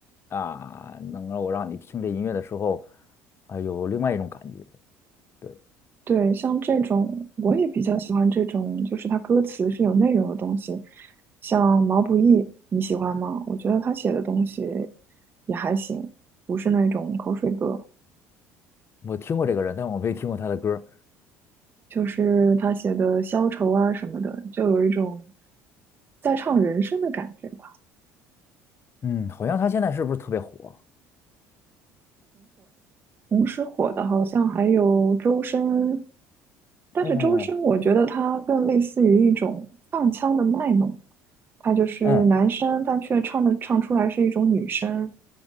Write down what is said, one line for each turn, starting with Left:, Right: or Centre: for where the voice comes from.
Left: 啊，能够让你听这音乐的时候啊，有另外一种感觉。对，
Right: 对，像这种我也比较喜欢这种，就是他歌词是有内容的东西，像毛不易，你喜欢吗？我觉得他写的东西也还行，不是那种口水歌。
Left: 我听过这个人，但我没听过他的歌
Right: 就是他写的消愁啊什么的，就有一种在唱人生的感觉吧。
Left: 嗯，好像他现在是不是特别火？
Right: 同时火的好像还有周深，但是周深我觉得他更类似于一种放腔的卖弄，
Left: 嗯
Right: 他就是男生，
Left: 嗯，
Right: 但却唱的唱出来是一种女生。